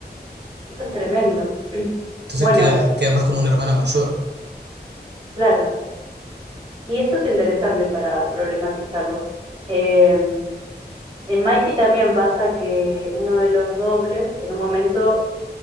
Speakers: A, on the right; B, on the right.
A: eso es tremendo. <clears throat>
B: Entonces
A: Bueno,
B: queda, queda más como una hermana mayor.
A: claro, y eso es interesante para problematizarlo. Eh, en Mikey también pasa que uno de los dobles, en un momento